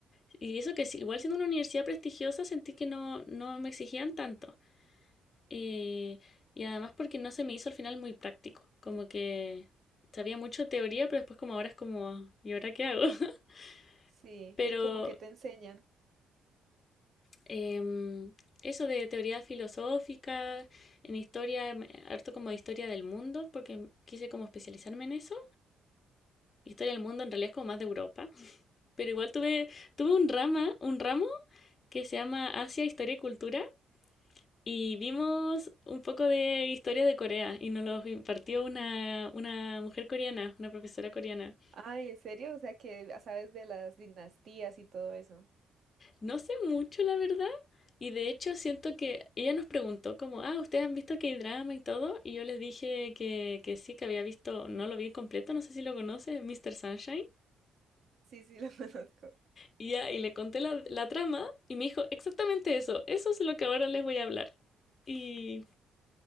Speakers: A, on the left; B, on the right.
A: Y eso que sí, igual siendo una universidad prestigiosa sentí que no, no me exigían tanto. Y, y además porque no se me hizo al final muy práctico. Como que sabía mucho teoría, pero después como ahora es como, ¿y ahora qué hago? <laughs>
B: Sí,
A: Pero
B: y como que te enseñan.
A: em, eso de teoría filosófica, en historia, em, harto como de historia del mundo, porque quise como especializarme en eso. Historia del mundo en realidad es como más de Europa. Pero igual tuve, tuve un rama, un ramo que se llama Asia, Historia y Cultura, Y vimos un poco de historia de Corea y nos lo impartió una, una mujer coreana, una profesora coreana.
B: Ay, ¿en serio? O sea que sabes de las dinastías y todo eso.
A: No sé mucho, la verdad, y de hecho siento que ella nos preguntó como, ah, ¿ustedes han visto K-drama y todo? Y yo les dije que, que sí, que había visto, no lo vi completo, no sé si lo conoces, Mr. Sunshine.
B: Sí, sí, lo <laughs> conozco.
A: Y, ya, y le conté la, la trama y me dijo, exactamente eso, eso es lo que ahora les voy a hablar. Y